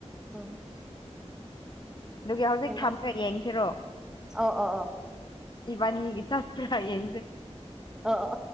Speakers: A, in the centre; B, on the left (about 40°).
A: ꯎꯝ
B: ꯑꯗꯨꯒꯤ ꯍꯧꯖꯤꯛ
A: ꯍꯩꯃꯥ
B: ꯊꯃꯒ ꯌꯦꯡꯁꯤꯔꯣ
A: ꯑꯣ ꯑꯣ ꯑꯣ
B: ꯏꯕꯥꯅꯤꯒꯤ ꯆꯠ ꯄꯨꯔꯥ ꯌꯦꯡꯁꯦ
A: ꯑꯣ ꯑꯣ